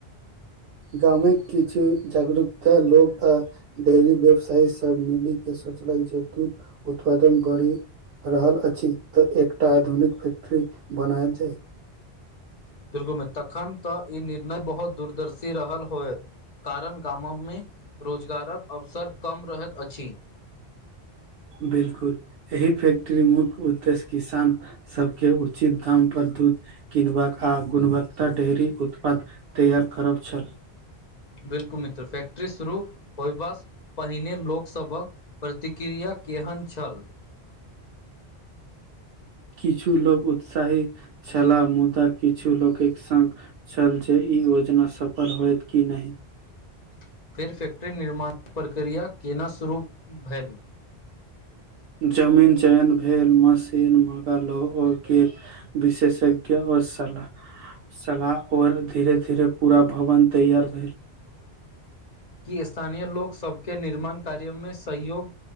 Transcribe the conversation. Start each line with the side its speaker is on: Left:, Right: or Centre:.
Right: गाममे किछु जागरूक लोग आ डेयरी व्यवसायी सब मिली के सोच लागै छै दूध उत्पादन बढ़ी रहल अछि तऽ एकटा आधुनिक फैक्ट्री बनायल जाय
Left: बिलकुल तखन तऽ ई निर्णय बहुत दूरदर्शी रहल होयत कारण गाममे मे रोजगारक अवसर कम रहैत अछि <inaudible>
Right: बिलकुल एहि फैक्ट्री मुख्य उद्देश्य किसान सबके उचित दाम पर दुध किनबाक आ गुणवत्ता डेयरी उत्पाद तैयार करब छल
Left: ह <unintelligible> बिल्कुल मित्र फैक्ट्री शुरू होयबासँ पहिने लोक सभक प्रतिक्रिया केहन छल <inaudible>
Right: किछु लोक उत्साहित छला मुदा किछु लोक संग छल जे ई योजना सफल होयत कि नइ
Left: <inaudible> फेर फैक्ट्री निर्माण प्रक्रिया केना शुरू भेल
Right: जमीन चयन भेल मशीन मंगायल गेल औके विशेषज्ञ आ सलाह सलाह और धीरे धीरे पूरा भवन तैयार भेल
Left: <inaudible> स्थानीय लोक सभके निर्माण कार्य में सहयोग